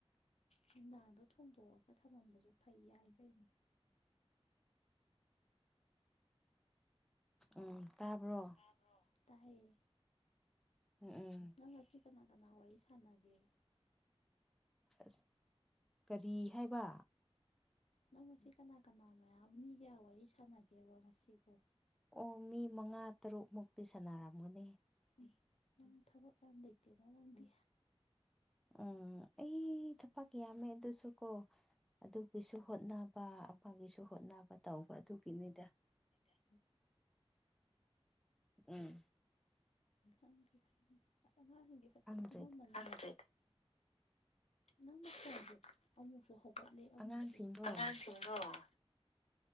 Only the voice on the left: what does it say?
ꯅꯨꯡꯗꯥꯡꯗꯣ ꯊꯣꯡꯗꯣꯛꯑꯒ ꯊꯝꯃꯝꯕꯖꯨ ꯐꯩ ꯌꯥꯏ ꯀꯩꯅꯣ
ꯇꯥꯕ꯭ꯔꯣ ꯇꯥꯌꯦ
ꯅꯪ ꯉꯁꯤ ꯀꯅꯥ ꯀꯅꯥ ꯋꯥꯔꯤ ꯁꯥꯟꯅꯒꯦ
ꯅꯪ ꯉꯁꯤ ꯀꯅꯥ ꯀꯅꯥ ꯃꯌꯥꯝ ꯃꯤ ꯀꯌꯥ ꯋꯥꯔꯤ ꯁꯥꯟꯅꯒꯦꯕ ꯉꯁꯤꯕꯨ
ꯑꯦ ꯅꯪ ꯊꯕꯛ ꯌꯥꯝ ꯂꯩꯇꯦꯅ ꯅꯪꯗꯤ
ꯑꯣ
ꯈꯪꯗ꯭ꯔꯦꯗ ꯑꯁ ꯑꯉꯥꯡꯁꯤꯡꯁꯦ ꯐꯖꯅ
ꯇꯨꯃꯟꯃꯅꯤ ꯈꯪꯗ꯭ꯔꯦꯗ ꯅꯪ ꯃꯈꯣꯟꯁꯦ ꯑꯃꯨꯛꯁꯨ ꯍꯧꯒꯠꯂꯦ ꯑꯃꯨꯛꯁꯨ
ꯑꯉꯥꯡꯁꯤꯡ <unintelligible> ꯑꯧ